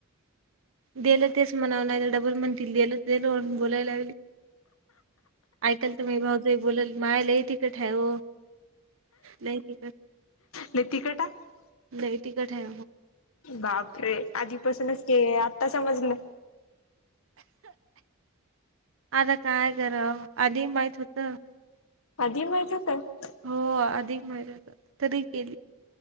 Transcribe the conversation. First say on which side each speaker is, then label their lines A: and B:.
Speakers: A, on the right (about 65°); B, on the left (about 75°).
A: गलं तेच म्हणावं लागलं डबल म्हणतील दिलं ते बोलायला लागली. ऐकाल तुम्ही भाऊजई बोलाल मायलाय तिकठ आहे व लंय तिखंट
B: लय तिखट आहे
A: लंय तिखंट आहे
B: बापरे आधीपासूंनचं के आतां समजलं
A: आतां कायं गरमं आधी माहितं होतं
B: आधी माहितं होतं
A: हो अधिक माहितं होतं तरी गेली.